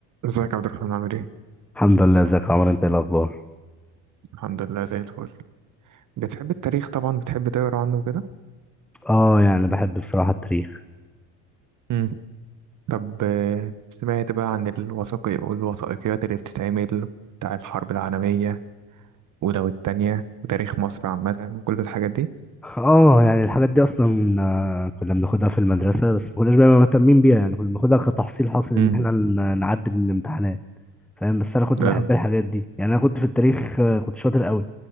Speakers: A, on the right (about 45°); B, in the centre.
A: ازيك يا عبد الرحمن عامل ايه؟
B: الحمد لله ازيك يا عمر انت ايه الاخبار
A: الحمد لله زي الفل بتحب التاريخ طبعا بتحب تقرا عنه وكده
B: اه يعني بحب بصراحه التاريخ
A: مم. طب آه، سمعت بقى عن الوثائقي والوثائقيات اللي بتتعمل بتاع الحرب العالمية ولو التانية وتاريخ مصر عامة وكل الحاجات دي
B: اه يعني الحاجات دي اصلا آه، كنا بناخدها في المدرسه بس ما كناش بقى مهتمين بيها يعني كنا بناخدها كتحصيل حاصل ان
A: مم.
B: احنا ن- نعدي من الامتحانات فاهم بس انا كنت
A: اه
B: بحب الحاجات دي يعني انا كنت في التاريخ آه، كنت شاطر قوي